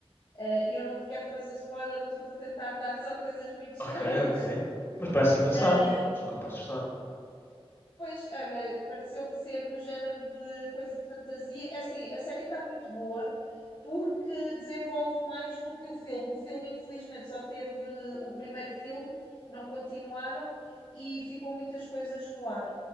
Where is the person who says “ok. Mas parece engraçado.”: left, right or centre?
Left